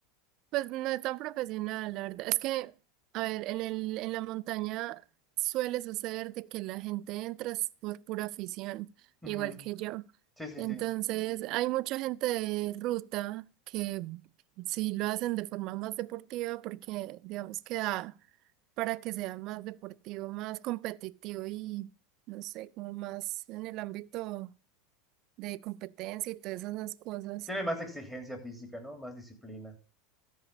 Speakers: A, on the right; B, in the centre.
A: Pues no es tan profesional, la verdad. Es que, a ver, en el, en la montaña suele suceder de que la gente entra es por pura afición,
B: Ujú.
A: igual que yo.
B: Sí, sí,
A: Entonces,
B: sí.
A: hay mucha gente de ruta que sí lo hacen de forma más deportiva porque, digamos, que da para que sea más deportivo, más competitivo y, no sé, como más en el ámbito de competencia y todas esas cosas.
B: Tiene más exigencia física, ¿no? Más disciplina.